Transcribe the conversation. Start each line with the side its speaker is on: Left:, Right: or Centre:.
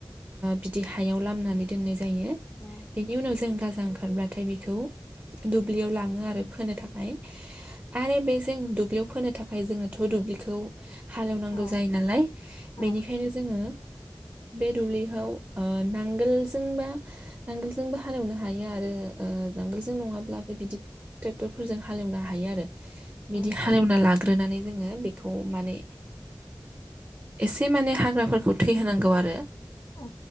Right: बिदि हायाव लामनानै दोन्नाय जायो
Left: औ
Right: बिनि उनाव जोंङो गाजा ओंखारबलाथाय बेखौ दुब्लियाव दुब्लियाव लाङो आरो फोनो थाखाय आरो बेजों दुब्लियाव फोनो थाखाय जोङोथ' दुब्लिखौ हालेवनांगौ
Left: औ
Right: जायो नालाय
Left: औ
Right: बेनिखायनो जोङो बे दुब्लिखौ नांगोलजोंबा नांगोलजोंबो हालेवनो हायो आरो नांगोलजों नङाब्ला बिदि ट्रेक्टरफोरजों हालेवनो हायो आरो बिदि
Left: औ
Right: हालेवना लाग्रोनानै जोङो बेखौ माने एसे माने हाग्राफोरखौ थै हैनोनांगौ आरो
Left: औ